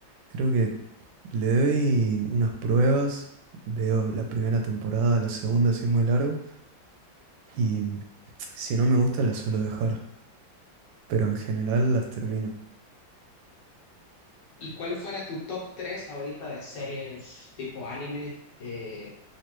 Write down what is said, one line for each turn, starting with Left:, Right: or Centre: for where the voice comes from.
Right: Creo que Le doy unas pruebas, veo la primera temporada, la segunda si es muy largo, y si no me gusta la suelo dejar, pero en general las termino.
Left: ¿Y cuál fuera tu top 3 ahorita de series tipo anime eh,